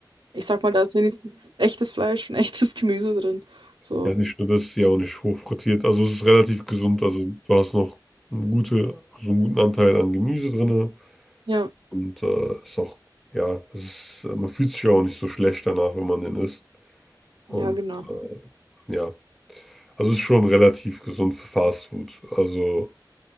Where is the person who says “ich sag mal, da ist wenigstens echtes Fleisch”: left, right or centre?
Right